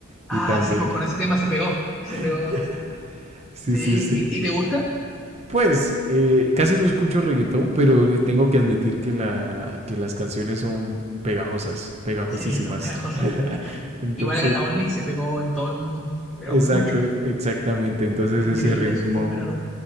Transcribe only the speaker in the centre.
Ah,
sí, pues con ese tema se pegó. Se
pegó.
Sí.
¿Y, y te gusta?
Sí, son pegajosas.
Igual Catabolli se pegó en todo el mundo, pero
mucho.
Fue increíble,
eso fue muy raro.